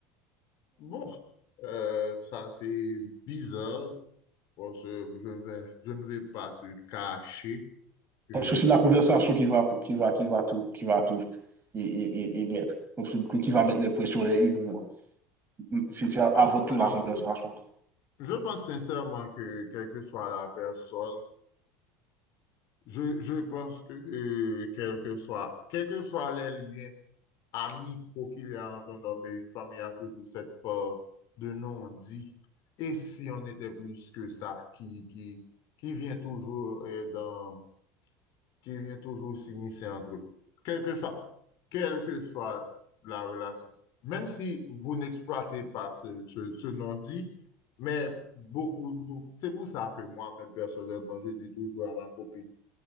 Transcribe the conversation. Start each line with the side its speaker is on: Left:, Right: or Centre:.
Left: Bon, euh, ça c'est bizarre parce que je vais, je ne vais pas te cacher que
Right: Parce que c'est la conversation qui va, qui va, qui va tout, qui va tout et, et, et, et mettre. Donc, c'est- qui va mettre les pressions les i pour moi. C'est c'est
Left: Bon,
Right: avant
Left: bah,
Right: tout la
Left: je,
Right: conversation.
Left: je pense sincèrement que quelle que soit la personne, je, je pense que euh, quel que soit, quels que soient les liens amicaux qu'il y a entre un homme et une femme, il y a toujours cette peur de non-dit. Et si on était plus que ça, qui, qui, qui vient toujours euh, dans qu'il y ait toujours s'immiscer entre eux. Quelle que soit, quelle que soit la relation. Même si vous n'exploitez pas ce, ce- ce non-dit, mais beaucoup, beaucoup- c'est pour ça que moi, mais personnellement, je dis toujours à ma copine,